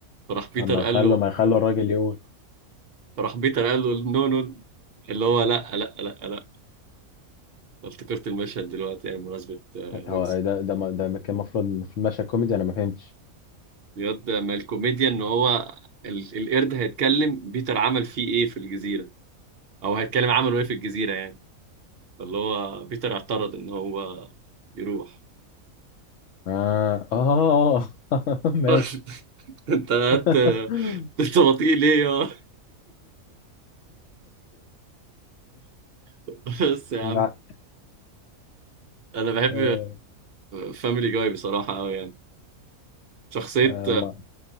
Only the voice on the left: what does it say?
طب ما
يخلوا
ما يخلوا الراجل يقول
هو ده ده ما- ده كان المفروض المفروض ماشي كوميدي انا ما فهمتش
اه اه <laughs> ماشي
<laughs>
بع-
آه،
آه، ما-